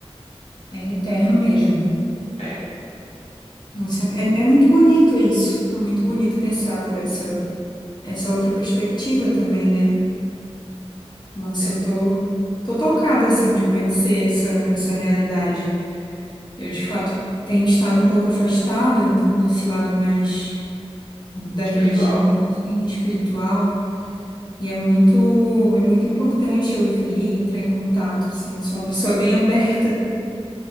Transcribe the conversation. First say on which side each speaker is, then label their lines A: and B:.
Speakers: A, on the left; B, on the left.
A: é eterno mesmo.
B: É,
A: Nossa, é, é muito bonito isso. É muito bonito pensar por essa, essa outra perspectiva também, né? Nossa,
B: é.
A: eu tô, tô tocada, assim, de conhecer essa, essa realidade. Eu, de fato, tenho estado um pouco afastada desse lado mais da
B: Espiritual.
A: religião, assim, espiritual. E é muito, é muito importante ouvir, entrar em contato, assim. Eu sou uma pessoa bem <laughs> aberta